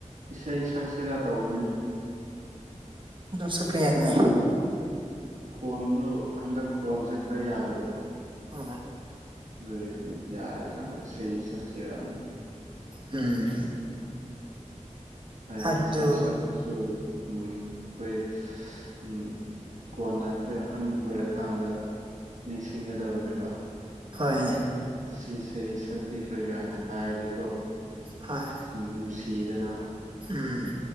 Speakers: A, on the right; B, on the right.
A: ꯏꯁꯩ ꯁꯛꯁꯤꯔꯥ ꯇꯧꯕꯅꯤꯅꯦ
B: ꯁꯛꯄ ꯌꯥꯏꯅꯦ
A: ꯈꯣꯟꯗꯨ ꯍꯟꯗꯛ ꯈꯣꯟꯁꯦ ꯈꯔ ꯌꯥꯗꯕ
B: ꯑꯣ ꯑꯣ
A: ꯑꯗꯨꯏ ꯌꯥꯔꯀꯥꯟꯗ ꯏꯁꯩ ꯁꯛꯁꯤꯔꯅ
B: ꯎꯝ
A: ꯍꯥꯏꯗꯤ
B: ꯑꯗꯨ
A: ꯏꯁꯩꯁꯤꯅ ꯑꯩꯈꯣꯏꯁꯨ ꯎꯝ ꯑꯩꯈꯣꯏ ꯎꯝ ꯀꯣꯟꯅ ꯑꯩꯈꯣꯏ ꯑꯍꯟ ꯑꯣꯏꯔꯀꯥꯟꯗ ꯅꯤꯡꯁꯤꯡꯒꯗꯕꯅꯦꯕ
B: ꯍꯣꯏꯅꯦ
A: ꯁꯤ ꯏꯁꯩ ꯁꯛꯄꯤꯈ꯭ꯔꯦ ꯀꯥꯏꯅ ꯍꯥꯏꯔꯗꯤꯀꯣ
B: ꯍꯣꯏ
A: ꯁꯨꯝ ꯅꯨꯡꯁꯤꯌꯦꯗꯅ
B: ꯎꯝ